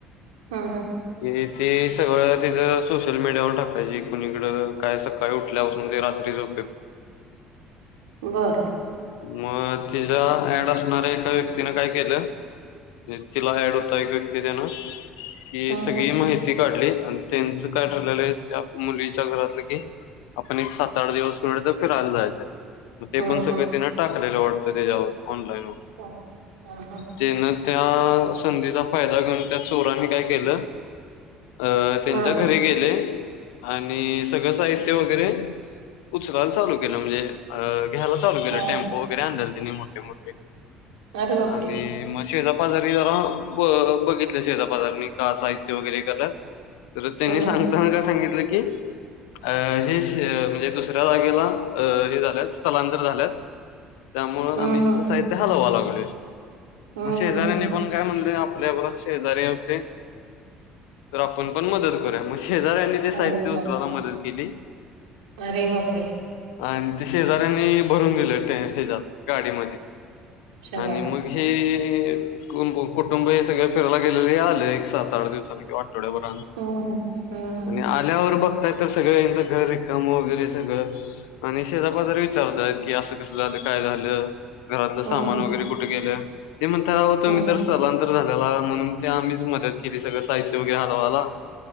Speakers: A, on the right (about 80°); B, on the left (about 75°).
A: हा.. हा.
B: कि तेी सगळं तिच सोशल मीडियावर टाकायची कुणीकडं काय? काही उठल्यापासून ज रात्री जो
A: बरं.
B: मग तिचा ऍड असणाऱ्या एका व्यक्तीने काय केलं. म्हणजे तिला ऍड होता, एक व्यक्ती देणार की
A: हम्म
B: सगळी
A: हम्म
B: माहिती काढली आणि त्यांचं काय ठरलेलं आहे मुलीच्या घरातलं की, आपण एक सात-आठ दिवस कुणीकडे तरी फिरायला जायचंय. मग ते
A: हम्म
B: पण सगळे
A: हम्म
B: तिने टाकलेला वाटतं त्याच्यावर, ऑनलाईनवर.
A: ह.. ह.. ह.. हा.
B: तेन त्या संधीचा फायदा घेऊन, त्या चोरांनी काय केलं अ.. त्यांच्या
A: हम्म
B: घरी
A: हम्म
B: गेले. आणि सगळं साहित्य वगैरे, उचलायला चालू केलं. म्हणजे अ घ्यायला चालू केलं,
A: हम्म
B: टेम्पो
A: हम्म
B: वगैरे आणलेले त्यांनी मोठे-मोठे
A: अरे बापरे
B: आणि म शेजापाजारी जरा ब-बघितले शेजापाजार्यांनी का साहित्य वगैरे करतात, तर त्यांनी
A: हम्म
B: सांगताना काय सांगितलं की, अं.. हेच म्हणजे दुसऱ्या जागेला, अं.. हे झाल्यात स्थलांतर झाल्यात त्यामुळे
A: हम्म
B: आम्ही त्यांचं
A: हम्म
B: साहित्य हालवायला लागलोय,
A: हम्म
B: मग शेजाऱ्यांनी
A: हम्म हम्म
B: आपण काय म्हणलं, आपल्या आपला शेजारी होते. तर आपण पण मदत करूया. मग शेजाऱ्यांनी ते साहित्य
A: अरे बापरे
B: उचलायला मदत केली.
A: अरे बापरे!
B: आणि ते शेजाऱ्यांनी भरून दिलं, त्या ह्याच्यात गाडीमध्ये
A: शाबास
B: आणि मग हे कुटुंब, कुटुंब हे सगळे फिरायला गेलेले आले एक सात-आठ दिवसांनी किंवा आठवड्याभरानं..
A: हम्म हम्म
B: आणि आल्यावर बघतात, तर सगळं यांचं घर रिकामं वगैरे सगळं आणि शेजापाजारी विचारतात की, असं कसं झालं, काय झालं घरातलं सामान
A: हम्म हम्म हम्म
B: वगैरे कुठं गेलं. ते म्हणतात आवो तुम्ही
A: हम्म
B: तर स्थलांतर झालेला, म्हणून ते आम्हीच मदत केली सगळं साहित्य वगैरे हलावायला.